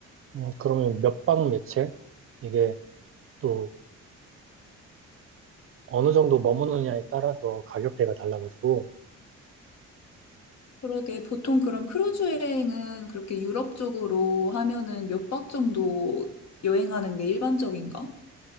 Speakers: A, on the right (about 45°); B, on the left (about 60°).
A: 음, 그러면 몇 박 며칠? 이게 또 어느 정도 머무느냐에 따라서 가격대가 달라가지고,
B: 그러게 보통 그럼 크루즈 여행은 그렇게 유럽 쪽으로 하면은 몇 박 정도 여행하는 게 일반적인가?